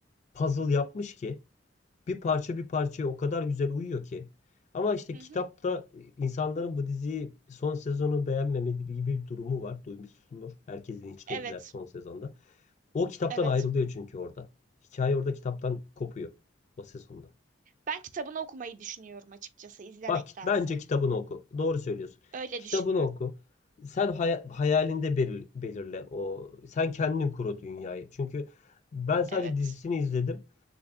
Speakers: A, on the left; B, on the right.
A: puzzle yapmış ki bir parça bir parçaya o kadar güzel uyuyor ki. Ama işte
B: hı
A: kitapta
B: hı.
A: insanların bu diziyi son sezonu beğenmemediği gibi bir durumu var. Duymuşsundur. Herkesi linçlediler
B: Evet,
A: son sezonda. O kitaptan
B: evet.
A: ayrılıyor çünkü orada. Hikaye orada kitaptan kopuyor o sezonda.
B: Ben kitabını okumayı düşünüyorum açıkçası izlemektense.
A: Bak bence kitabını oku. Doğru söylüyorsun.
B: Öyle
A: Kitabını
B: düşünüyorum.
A: oku. Sen hay- hayalinde belir- belirle o. Sen kendin kur o dünyayı. Çünkü ben sadece
B: Evet.
A: dizisini izledim.